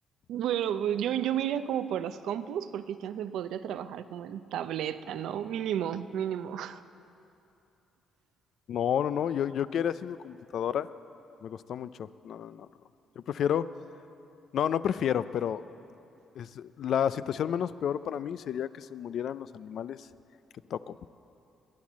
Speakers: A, on the right; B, on the left.
A: Bueno, pues yo, yo me iría como por las compus, porque chance podría trabajar como en tableta, ¿no? Mínimo, mínimo. <laughs>
B: No, no, no, yo, yo quiero así mi computadora. Me costó mucho. No, no, no, no. no. Yo prefiero No, no prefiero, pero es, la situación menos peor para mí sería que se murieran los animales que toco.